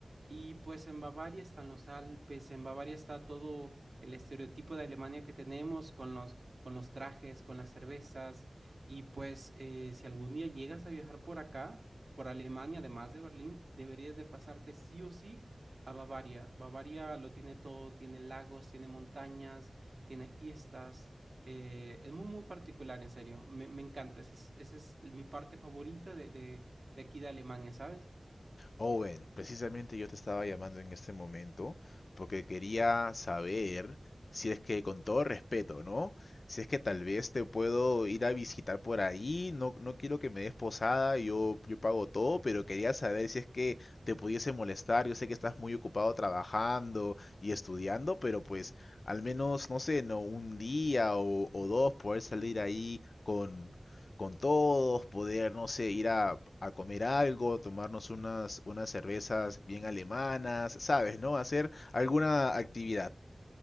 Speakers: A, on the right (about 65°); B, on the left (about 75°).
A: Y pues en Bavaria están los Alpes, en Bavaria está todo el estereotipo de Alemania que tenemos con los, con los trajes, con las cervezas. Y pues eh, si algún día llegas a viajar por acá, por Alemania, además de Berlín, deberías de pasarte sí o sí a Bavaria. Bavaria lo tiene todo, tiene lagos, tiene montañas, tiene fiestas. eh, es muy, muy particular, en serio. Me, me encanta. Esa es, esa es mi parte favorita de, de, de aquí de Alemania, ¿sabes?
B: Owen, precisamente yo te estaba llamando en este momento porque quería saber si es que con todo respeto, ¿no? Si es que tal vez te puedo ir a visitar por ahí, no, no quiero que me des posada, yo, yo pago todo, pero quería saber si es que te pudiese molestar, yo sé que estás muy ocupado trabajando y estudiando, pero pues al menos, no sé, no un día o, o dos poder salir ahí con, con todos, poder, no sé, ir a, a comer algo, tomarnos unas, unas cervezas bien alemanas, ¿sabes? ¿No? Hacer alguna actividad.